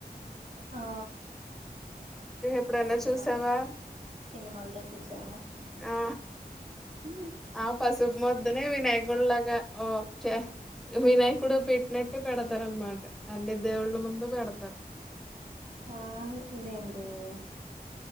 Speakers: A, on the right; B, in the centre.
A: ఆ
B: నువ్వు ఎప్పుడన్నా
A: సినిమాల్లో
B: చూసావా
A: చూసా సినిమాల్లో చూసాను
B: ఆ
A: ఉ
B: ఆ పసుుపు మొద్దనే వినాయకుల్లాగా ఓ చే వినాయకుడు పెట్టినట్టు పెడతారు అనమాట అన్ని దేవుళ్ళ ముందు పెడతారు
A: ఆ ఇదేంటది